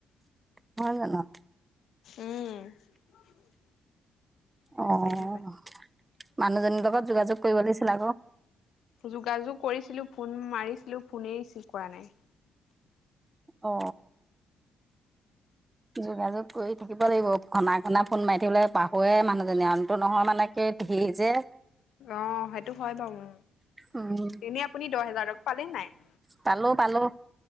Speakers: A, on the right; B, on the left.
A: হয় জানোঁ।
B: উম। <unintelligible> তাকেহে
A: অ মানুহজনীৰ
B: পাই।
A: লগত যোগাযোগ কৰিব লাগছিল আকৌ।
B: যোগাযোগ কৰিছিলোঁ ফোন মাৰিছিলোঁ ফোনে ৰিচিভ কৰা নাই।
A: অ যোগাযোগ কৰি থাকিব লাগিব ঘনাই ঘনাই। ফোন মাৰি থাকিবলে পাহৰে মানুহজনী আনতো নহয় মানে। কি ধেৰ যে
B: অ সেইটো হয় বাৰু
A: উম,
B: এনেই আপুনি দহ হেজাৰ পালে নাই?
A: পালোঁ পালোঁ।